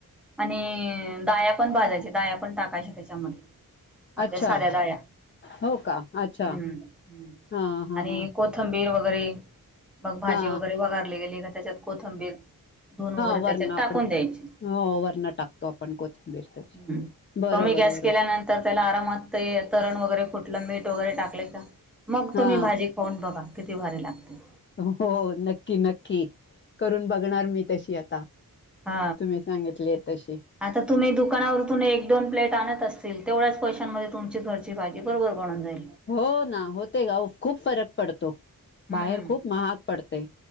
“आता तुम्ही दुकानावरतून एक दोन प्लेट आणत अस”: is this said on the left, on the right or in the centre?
Centre